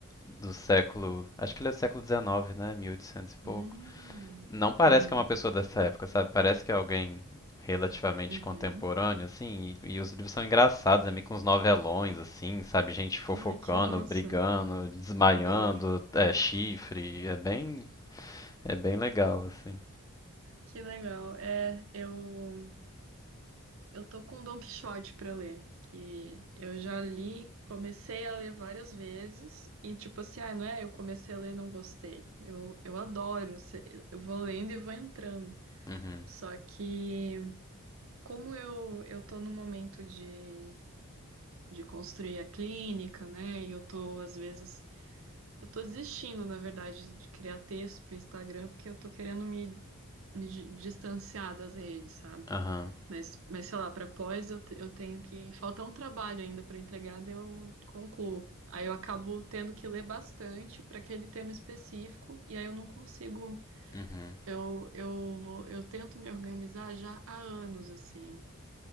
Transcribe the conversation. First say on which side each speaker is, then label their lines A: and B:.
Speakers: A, on the left (about 15°); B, on the right (about 60°).
A: do século... Acho que ele é do século XIX, né? 1800 e oitocentos e pouco.
B: Hum.
A: Não parece
B: Uhum.
A: que é uma pessoa dessa época, sabe? Parece que é alguém relativamente
B: Uhum.
A: contemporâneo, assim. E, e os livros são engraçados, é meio que uns novelões, assim, sabe? Gente fofocando,
B: Ai, que massa.
A: brigando, desmaiando,
B: Adoro.
A: é, chifre. É bem, é bem legal, assim.
B: Que legal. É, eu. Eu tô com Don Quixote pra ler, que eu já li, comecei a ler várias vezes e tipo assim, ah, não é, eu comecei a ler, e não gostei. Eu, eu adoro, se- eu vou lendo e vou entrando.
A: Uhum,
B: Só que como eu eu tô no momento de de construir a clínica, né? E eu tô às vezes eu tô desistindo, na verdade, de criar texto pro Instagram porque eu tô querendo me me di- distanciar das redes, sabe?
A: aham,
B: Mas, mas sei lá, para pós eu, te- eu tenho que. Falta um trabalho ainda para entregar, daí eu concluo. Aí eu acabo tendo que ler bastante para aquele tema específico, e aí eu não consigo.
A: uhum,
B: Eu, eu vou, eu tento me organizar já há anos, assim.